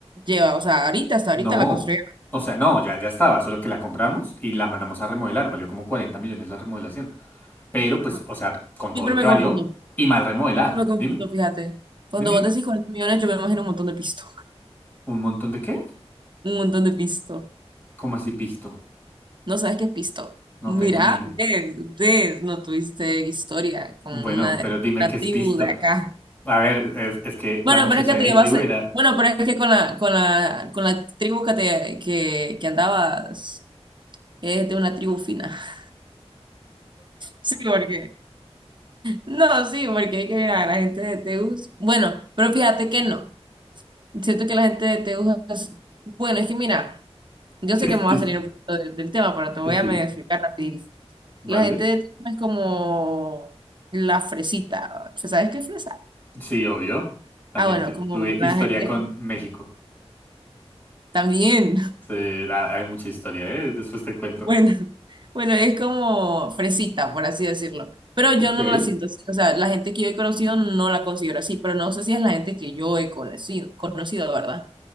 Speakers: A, on the right; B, on the left.
A: lleva? O sea, ahorita, hasta
B: No,
A: ahorita la construyeron.
B: o sea, no, ya, ya estaba, solo que la compramos y la mandamos a remodelar. Valió como 40 millones la remodelación. Pero pues,
A: Ajá.
B: o sea, con
A: Siempre
B: todo lo
A: me
B: que valió
A: confundo,
B: y mal remodelada.
A: siempre me confundo,
B: Dime,
A: fíjate. Cuando
B: dime,
A: vos
B: dime.
A: decís 40 millones, yo me imagino un montón de pisto,
B: ¿Un montón de qué?
A: <laughs> un montón de pisto.
B: ¿Cómo así pisto?
A: No sabes qué es pisto.
B: No
A: Mira,
B: tengo ni idea.
A: ves, ves, no tuviste historia
B: Bueno,
A: con una,
B: pero dime
A: una
B: qué es
A: tribu
B: pisto.
A: de acá.
B: A ver, es, es que
A: Bueno,
B: la muchacha
A: pero es que
B: de
A: te
B: mi
A: llevaste,
B: tribu era...
A: bueno, pero es que con la, con la, con la tribu que te, que, que andabas, es de una tribu fina. <laughs> Sí, porque No, sí, porque hay que mira, la gente de Teus, bueno, pero fíjate que no. Siento que la gente de Teus es, bueno, es que mira, yo
B: ¿Qué
A: sé que
B: es
A: me
B: pisto?
A: va a salir un poquito de- del tema, pero te voy
B: Sí, sí,
A: a medio explicar rapidito.
B: ¿vale?
A: La gente de Teus es como la fresita. ¿Sabes qué es fresa?
B: Sí, obvio. También
A: Ah, bueno,
B: tu-
A: como
B: tuve
A: la
B: historia
A: gente
B: con México.
A: también.
B: Sí, ha- hay mucha historia, ¿eh? Después te cuento.
A: Bueno, <laughs> bueno, es como fresita, por así decirlo. Pero yo
B: Ok,
A: no la siento así. O sea, la gente que yo he conocido no la considero así, pero no sé si es la gente que yo he conocido, conocido, ¿verdad?